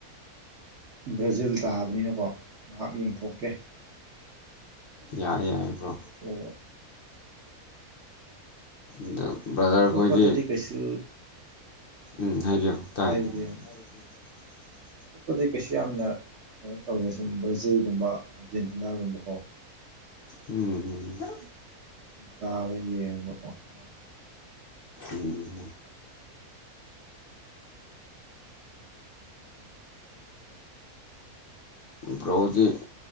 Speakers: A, on the right; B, on the left.
A: ꯕ꯭ꯔꯥꯖꯤꯜ ꯇꯥꯕꯅꯤꯅꯀꯣ ꯉꯥꯏꯍꯥꯛ ꯌꯦꯡꯊꯣꯛꯀꯦ
B: ꯌꯥꯏꯌꯦ
A: ꯉꯥꯏꯍꯥꯛ
B: ꯌꯥꯏꯌꯦ ꯕ꯭ꯔꯣ
A: ꯌꯦꯡꯊꯣꯛꯑꯒ
B: ꯑꯗꯣ ꯕ꯭ꯔꯗꯔ
A: ꯑꯇꯣꯞꯄꯗꯗꯤ
B: ꯈꯣꯏꯗꯤ
A: ꯀꯩꯁꯨ
B: ꯎꯝ ꯍꯥꯏꯕꯤꯌꯨ ꯇꯥꯏ
A: ꯍꯥꯏꯕ
B: <inaudible>
A: ꯑꯇꯣꯞꯄꯗꯤ ꯀꯩꯁꯨ ꯌꯥꯝꯅ ꯀꯩꯅꯣ ꯇꯧ ꯑꯦ ꯁꯨꯝ ꯕ꯭ꯔꯖꯤꯜ ꯒꯨꯝꯕ ꯑꯥꯔꯖꯦꯟꯇꯤꯅꯥꯒꯨꯝꯕ ꯀꯣ
B: ꯎꯝ ꯎꯝ
A: ꯁꯨꯝ ꯇꯥꯕ ꯌꯦꯡꯕ ꯀꯣ ꯅꯨꯡꯉꯥꯏ
B: ꯎꯝ ꯕ꯭ꯔꯣꯗꯤ